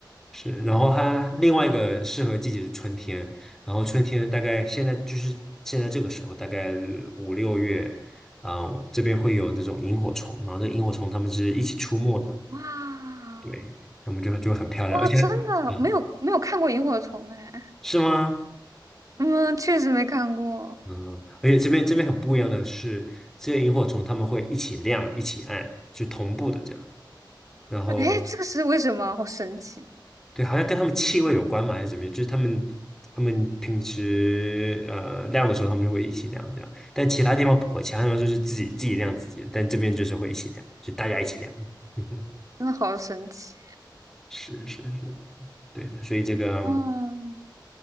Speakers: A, in the centre; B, on the right.
A: 是。然后它另外一个适合季节是春天，然后春天大概现在就是现在这个时候，大概五六月，啊、这边会有这种萤火虫，然后这个萤火虫它们是一起出没的，
B: 哇
A: 对，它们就就很漂亮，
B: 哇，
A: 而且嗯，
B: 真的没有没有看过萤火虫哎。
A: 是吗？
B: 嗯，确实没看过。
A: 嗯，而且这边这边很不一样的是，这些萤火虫它们会一起亮、一起暗，是同步的这样。然后
B: 哎，这个是为什么？好神奇，
A: 对，好像跟它们气味有关嘛，还是怎么样？就是它们它们平时呃亮的时候，它们会一起亮这样，但其他地方不会，其他地方就是自己自己亮自己的，但这边就是会一起亮，就大家一起亮。<laughs> 嗯哼，
B: 真的好神奇。
A: 是是是，对的。所以这个。
B: 嗯